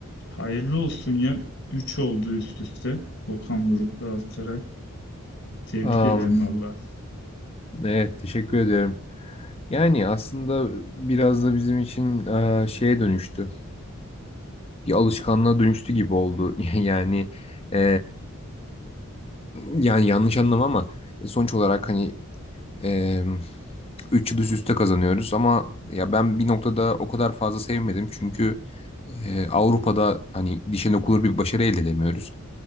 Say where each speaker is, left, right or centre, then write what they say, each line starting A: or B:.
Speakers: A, on the left; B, on the left.
A: Hayırlı olsun ya. üç oldu üst üste. Okan Buruk, Galatasaray. Tebrik
B: Am,
A: ederim valla.
B: evet teşekkür ediyorum. Yani aslında biraz da bizim için e, şeye dönüştü. Bir alışkanlığa dönüştü gibi oldu. <laughs> Yani e, yani yanlış anlama ama e, sonuç olarak hani Ee, 3 yıl üst üste kazanıyoruz ama ya ben bir noktada o kadar fazla sevmedim çünkü e, Avrupa'da hani dişe dokunur bir başarı elde edemiyoruz.